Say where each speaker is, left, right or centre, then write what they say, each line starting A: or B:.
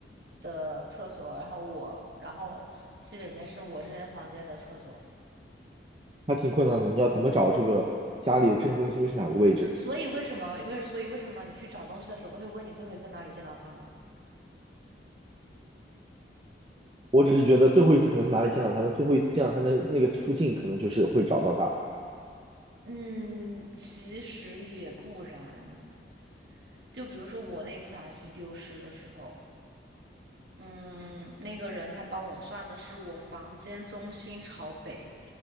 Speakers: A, on the right; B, on the right.
A: 的厕所，然后我，然后西北边是我这边房间的厕所。
B: 还挺困难的。你要怎么找这个家里的正中心是哪个位置？
A: 所以为什么为所以为什么你去找东西的时候都会问你最后一次在哪里见到他呢？
B: 我只是觉得最后一次可能是哪里见到他的，最后一次见到他的那个附近，可能就是会找到他。
A: 嗯，其实也不然。就比如说我那次耳机丢失的时候，嗯，那个人他帮我算的是我房间中心朝北，